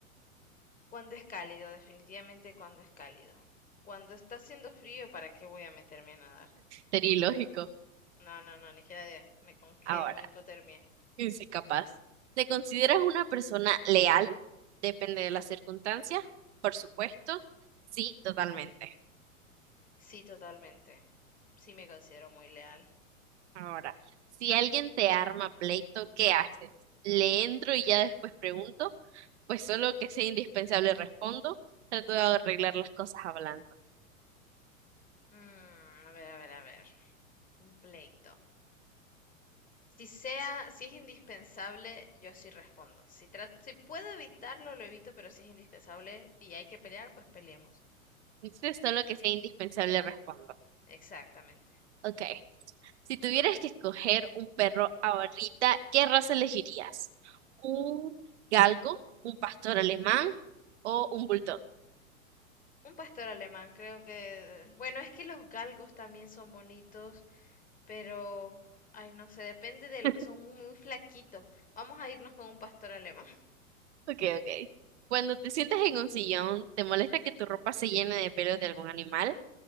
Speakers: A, on the left (about 20°); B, on the right (about 50°).
A: Cuando es cálido, definitivamente cuando es cálido. Cuando está haciendo frío, ¿para qué voy a meterme a nadar?
B: Sería ilógico.
A: No, no, no, ni siquiera de- me congelo,
B: Ahora.
A: me doy hipotermia.
B: Y Sí, capaz. ¿Te consideras una persona leal? Depende de las circunstancias, por supuesto. Sí, totalmente.
A: Sí, totalmente. Sí me considero muy leal.
B: Ahora, si alguien te arma pleito, ¿qué haces? ¿Le entro y ya después pregunto? Pues solo que sea indispensable respondo. Trato de arreglar las cosas hablando.
A: Mm, a ver, a ver, a ver. Un pleito. Si sea, si es indispensable, yo sí respondo. Si tra- si puedo evitarlo, lo evito, pero si es indispensable y hay que pelear, pues peleemos.
B: Entonces, solo que sea indispensable respondo.
A: Exactamente.
B: Ok. Si tuvieras que escoger un perro ahorita, ¿qué raza elegirías? ¿Un galgo, un pastor alemán o un bulldog?
A: Un pastor alemán, creo que, bueno, es que los galgos también son bonitos, pero, ay, no sé, depende de,
B: <laughs>
A: son muy, muy flaquitos. Vamos a irnos con un pastor alemán. <laughs>
B: Ok, ok. Cuando te sientas en un sillón, ¿te molesta que tu ropa se llene de pelos de algún animal?